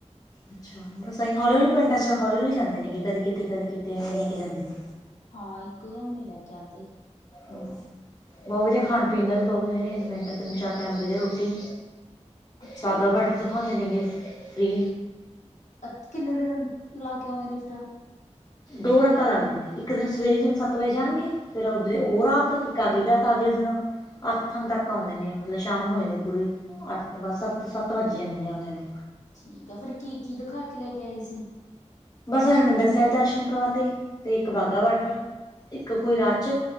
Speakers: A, on the left (about 30°); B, on the left (about 80°).
A: ਅੱਛਾ ਬਸ ਅਸੀਂ ਹੌਲੀ ਹੌਲੀ ਪਿੰਡਾਂ ਚ ਹੌਲੀ ਹੌਲੀ ਜਾਂਦੇ ਨੇਗੇ ਕਦੇ ਕਿਤੇ ਕਦੇ ਕਿਤੇ ਲੈ ਕੇ ਜਾਂਦੇ ਨੇ
B: ਹਾਂ ਇੱਕ ਦਮ ਨੀ ਲੈ ਕੇ ਆਉਂਦੀ
A: ਬਹੁਤ ਵਧੀਆ ਖਾਣ ਪੀਣ ਦਾ ਵੀ ਬਹੁਤ ਵਧੀਆ ਅਰੇਂਜਮੈਂਟ ਹੈ ਤਿੰਨ ਚਾਰ ਟਾਈਮ ਵਧੀਆ ਰੋਟੀ
B: ਅੱਛਾ
A: ਬਾਘਾ ਵਾਡਰ ਦਿਿਖਾਉਂਦੇ ਨੇ ਗ ਫਰੀ
B: ਅ ਕਿੰਨੇ ਦਿਨ ਲਾ ਕੇ ਆਉਂਦੇ ਨੇ ਫਿਰ
A: ਦੋ ਰਾਤਾਂ ਲੱਗਦੇ ਨੇ ਇੱਕ ਦਿਨ ਸਵੇਰੇ ਜਿਵੇਂ ਸੱਤ ਵਜੇ ਜਾਣਗੇ ਫਿਰ ਉਦੋਂ ਉਹ ਰਾਤ ਅਗਲੀ ਰਾ ਤਾਂ ਅਗਲੇ ਦਿਨ ਅੱਠ ਤੱਕ ਆਉਂਦੇ ਨੇ ਮਤਲਬ ਸ਼ਾਮ ਹੋ ਜਾਂਦੇ ਪੂਰੀ ਅੱਠ ਵ ਸੱਤ ਸੱਤ ਵੱਜੀ ਜਾਂਦੇ ਨੇ ਆਉਂਦੇ ਨੂੰ
B: ਠੀਕ ਆ ਫੇਿਰ ਕੀ ਕੀ ਦਿਖਾ ਕੇ ਲੈ ਕੇ ਆਏ ਸੀ
A: ਬਸ ਹਰਿਮੰਦਰ ਸਾਹਿਬ ਦਰਸ਼ਨ ਕਰਵਾਤੇ ਤੇ ਇੱਕ ਵਾਹਗਾਾ
B: ਹਾਂ
A: ਵਾਰਡਰ ਇੱਕ ਕੋਈ ਰਾਚ